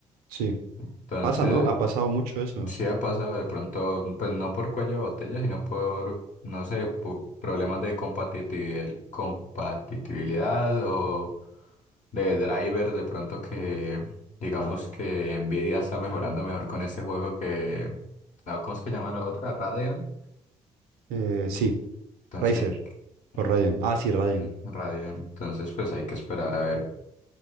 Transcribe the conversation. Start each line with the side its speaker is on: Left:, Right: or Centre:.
Right: Sí.
Left: Entonces,
Right: Pasa, ¿no? Ha pasado mucho eso.
Left: sí ha pasado de pronto, pues no por cuello de botella, sino por, no sé, por problemas de compatibil- compatibilidad o de driver de pronto que digamos que Nvidia está mejorando mejor con ese juego que no, ¿cómo es que llaman la otra? Radeon.
Right: Eh, sí,
Left: Entonces,
Right: Razer.
Left: eh,
Right: O Radeon. Ah, sí, Radeon.
Left: Radeon. Entonces, pues hay que esperar a ver